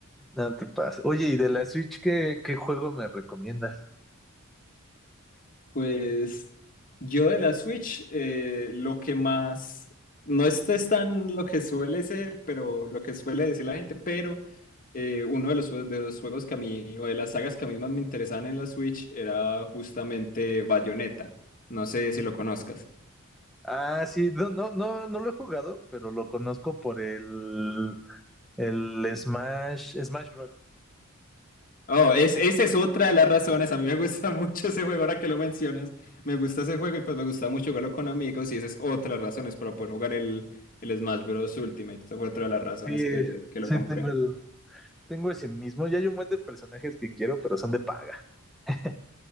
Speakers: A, in the centre; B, on the left (about 40°).
A: No te pasa. Oye, ¿y de la Switch qué, qué juego me recomiendas?
B: Pues yo de la Switch, eh, lo que más, no esto es tan lo que suele ser, pero lo que suele decir la gente, pero eh, uno de los, jue- de los juegos que a mí, o de las sagas que a mí más me interesaban en la Switch era justamente Bayonetta. No sé si lo conozcas.
A: Ah, sí, no, no, no, no lo he jugado, pero lo conozco por el, el Smash, Smash Bros.
B: Oh, es, esa es otra de las razones. A mí me gusta <laughs> mucho ese juego, ahora que lo mencionas. Me gusta ese juego y pues me gusta mucho jugarlo con amigos y esa es otra de las razones para poder jugar el, el Smash Bros. Ultimate. Esa fue otra de las razones
A: Sí,
B: que, que
A: sí,
B: lo compré.
A: tengo el, tengo ese mismo. Ya hay un buen de personajes que quiero, pero son de paga. <laughs>